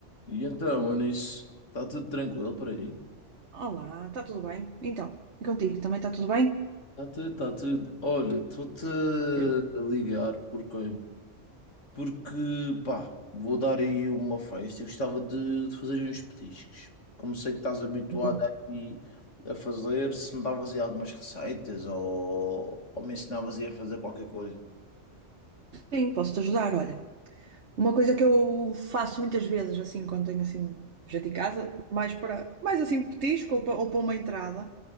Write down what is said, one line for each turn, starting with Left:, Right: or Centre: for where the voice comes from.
Left: E então, Onis, está tudo tranquilo por aí?
Right: Olá, está tudo bem? Então, e contigo também está tudo bem?
Left: Está tudo, está tudo. Olha, estou-te
Right: Eu-
Left: a ligar porque, porque, pá, vou dar aí uma festa e gostava de, de fazer uns petiscos. Como sei que estás habituado
Right: Boa.
Left: aí a fazer, se me davas aí algumas receitas ou, ou me ensinavas aí a fazer qualquer coisa.
Right: Sim, posso-te ajudar. Olha, uma coisa que eu faço muitas vezes, assim, quando tenho assim, gente em casa, mais para, mais assim, petisco ou para, ou para uma entrada,